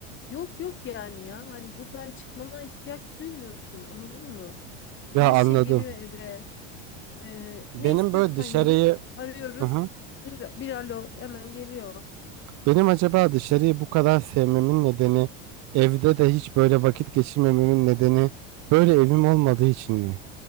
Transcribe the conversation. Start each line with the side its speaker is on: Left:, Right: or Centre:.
Left: Yok yok yani ya. Hani buradan çıkmana ihtiyaç duymuyorsun. Anladın mı?
Right: Ya
Left: Her şey
Right: anladım.
Left: geliyor eve. Ee,
Right: Benim
Left: ne istiyorsan
Right: böyle dışarıyı
Left: yemek arıyoruz.
Right: Hı hı.
Left: Bir, bir alo hemen geliyor.
Right: Benim acaba dışarıyı bu kadar sevmemin nedeni, evde de hiç böyle vakit geçirmememin nedeni böyle evim olmadığı için mi?